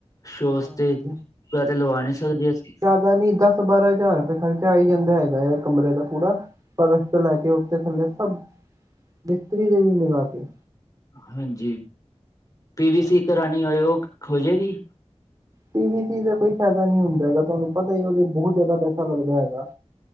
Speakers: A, on the left; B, on the right.
A: ਸੋਸ਼ਤੇ
B: ਹਾਂਜੀ
A: ਪ ਤੇ ਲਵਾ ਨਈਂ ਸਕਦੇ ਅਸੀਂ।
B: ਪਤਾ ਨੀ ਦਸ-ਬਾਰਾਂ ਹਜ਼ਾਰ ਰੁਪਏ ਖਰਚਾ ਆ ਈ ਜਾਂਦਾ ਹੈਗਾ ਐ ਕਮਰੇ ਦਾ ਪੂਰਾ। ਪਰਸ਼ ਤੋਂ ਲੈ ਕੇ ਉੱਤੇ ਥੱਲੇ ਸਭ ਬਿਸਤਰੀ ਦੇ ਵੀ ਮਿਲਾ ਕੇ।
A: ਹਾਂਜੀ ਪੀ ਵੀ
B: ਹਾਂਜੀ
A: ਸੀ ਕਰਾਣੀ ਹੋਏ ਉਹ ਹੋਜੇਗੀ।
B: ਪੀ ਵੀ ਸੀ ਦਾ ਕੋਈ ਫੈਦਾ ਨਈਂ ਹੁੰਦਾ ਹੈਗਾ, ਤੁਆਨੂੰ ਪਤਾ ਈ ਐ ਉਹਦੇ ਚ ਬੋਤ ਜ਼ਿਆਦਾ ਪੈਸਾ ਲੱਗਦਾ ਹੈਗਾ।